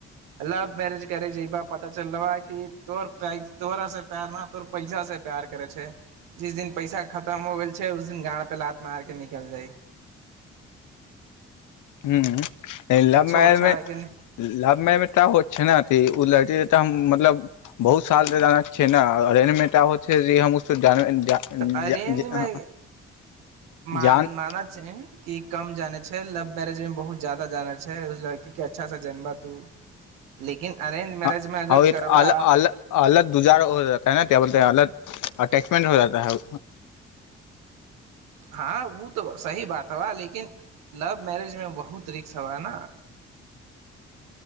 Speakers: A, on the right; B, on the left.
A: लव मैरेज करै पता चला तो तोहरा प्यार तोर पैसा से प्यार करे छै जिस दिन पैसा खतम हो गेल छै उस दिन गारि पे लात मारके निकल जाइ
B: हू लव
A: छोड़
B: मैरेज
A: छाड़ के
B: मे का होत छै ने ओ लड़की ऽ हम मतलब बहुत साल से जाना छै ने अरेंज मे का होय छै जे हम जा जा
A: तऽ अरेंज मे मान
B: जान
A: माना छै कि कम जाने लव मैरेज में बहुत जाददा जानल छै उस लड़की के अच्छा से जनबह तू लेकिन अरेंज मैरेज
B: ह
A: मे अगर करबा
B: अल अल अलग दुजारा हो त ब अलग अटैचमेंट हो जाता है
A: हँ ओ तऽ सही बात हा लेकिन लव मैरेजमे बहुत रिक्स हवा न